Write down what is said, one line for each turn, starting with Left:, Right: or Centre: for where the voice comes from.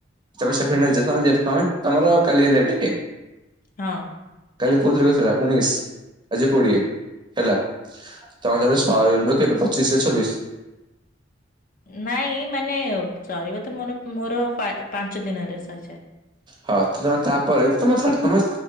Right: ତମେ ସେଭେନ
Left: ହୁଁ।
Right: ଡେଜରେ ତମେ ଯେ ତମେ ତମର କାଲି ହେଲା ଟି?
Left: ହଁ।
Right: କାଲି କୋଉ ତାରିଖ ଥିଲା ଉଣେଇଶ ଆଜି କୋଡିଏ ହେଲା। ତମର ଯଦି ସରିବ କେବେ ପଚିଶ ସେ ଛବିଶ।
Left: ନାଇଁ ମାନେ ସରିବ ତ ମୋର ମୋର ପାଞ୍ଚ ଦିନରେ ସରିଯାଏ।
Right: ହଁ ତ ତମେ ତାପରେ ତମେ ଛାଡ଼ ତମେ